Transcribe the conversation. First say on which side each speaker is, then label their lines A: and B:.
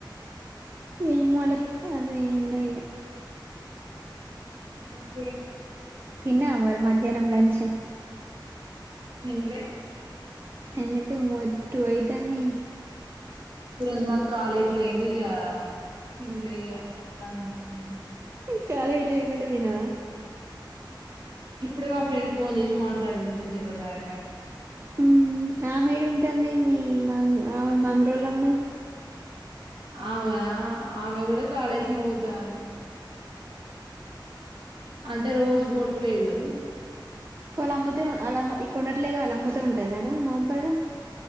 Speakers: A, on the right; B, on the right.
A: ఏమోలే అది ఏందయా
B: అంటే
A: తిన్నవా మరి మధ్యాహ్నం లంచ్
B: ఇంట్లే
A: అందుకేమో టూ అయితాంది
B: ఈ రోజు మాక్ కాలేజ్ లేదు ఇగ తిన్ లేయా ఇంటికానే ఉన్నా నేను
A: కాలేజీ లేకుంటే తినవా
B: ఇప్పుడే మా ఫ్రెండ్ ఫోన్ చేసి మాట్లాడిందింతసేపటిదాకా
A: హ్ ఆమె ఏడ ఉంటాంది మీ మంగ్ ఆమె మంగ్ లో ల అమ్మాయి
B: ఆమె ఆమె కూడా కాలేజీ పోతాది అంటే రోజూ పోవట్లేదు
A: వాలమ్ముతే ఆలమ్మ ఇక్ ఉండట్లే వాళ్ళమ్మతో ఉంటది మేడం మోకారు